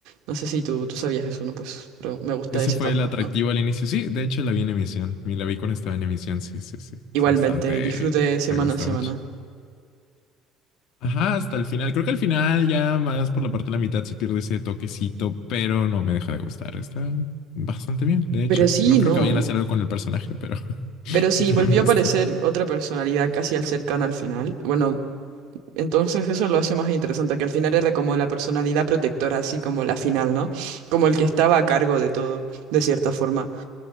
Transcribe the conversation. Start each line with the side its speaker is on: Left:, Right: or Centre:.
Right: No sé si tú, tú sabías eso, ¿no? Pues, pero me gusta
Left: Ese
Right: ese
Left: fue
Right: factor,
Left: el atractivo
Right: ¿no?
Left: al inicio. Sí, de hecho la vi en emisión. Me la vi cuando estaba en emisión. Sí, sí, sí.
Right: Igualmente,
Left: Es bastante.
Right: disfrute semana
Left: Me gusta
Right: a semana.
Left: mucho. Ajá, hasta el final. Creo que al final ya más por la parte de la mitad se pierde ese toquecito, pero no me deja de gustar. Está bastante bien, de hecho.
Right: Pero sí,
Left: No creo
Right: no,
Left: que vayan
Right: ¿eh?
Left: a hacer algo con el personaje, pero, <laughs>
Right: Pero sí,
Left: pero
Right: volvió
Left: me gustó.
Right: a aparecer otra personalidad casi al cercano al final. Bueno, entonces eso lo hace más interesante, que al final era como la personalidad protectora, así como la final, ¿no? Como el que estaba a cargo de todo, de cierta forma.